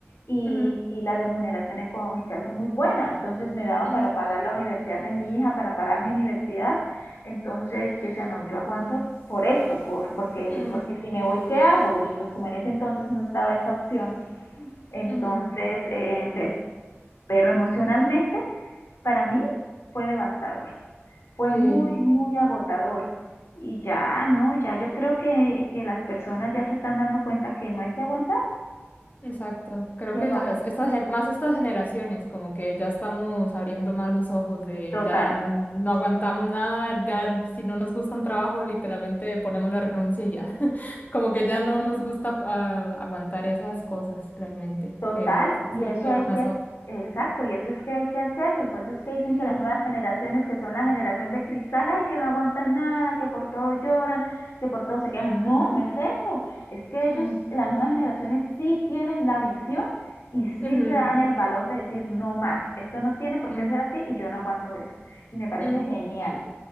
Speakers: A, on the left; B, on the left.
A: y,
B: ujú,
A: y la remuneración económica es muy buena, entonces me daba
B: ujú,
A: para pagar la universidad de mi hija, para pagar mi universidad entonces yo decía, no, yo aguanto por esto, por, porque,
B: ujú,
A: porque si me voy, ¿qué hago? Y pues como en ese entonces no estaba esa opción, entonces
B: ujú,
A: eh, empecé. Pero emocionalmente, para mí fue devastador, fue
B: Sí.
A: muy, muy agotador. Y ya, no, ya yo creo que, que las personas ya se están dando cuenta que no hay que aguantar,
B: Exacto. Creo
A: que
B: que
A: lo
B: las, estas, gen- más estas generaciones, como que ya estamos abriendo más los ojos de
A: total,
B: ya no aguantamos nada, ya si no nos gusta un trabajo, literalmente ponemos la renuncia y ya. <laughs> Como que ya no nos gusta ah, aguantar esas cosas realmente,
A: Total,
B: que
A: y
B: siempre
A: eso
B: criaron
A: hay que,
B: nosotros.
A: exacto, y eso es que hay que hacerlo, y por eso es que dicen
B: Ujú,
A: que las nuevas generaciones, que son la generación de cristal, ay, que no aguantan nada, que por todo lloran, que por todo se quejan. No, no es eso, es que ellos,
B: ujú,
A: las nuevas generaciones sí tienen la visión y sí
B: ujú,
A: se dan el valor de decir no más, esto no tiene por
B: ujú,
A: qué ser así y yo no aguanto eso. Y me parece
B: ujú.
A: genial.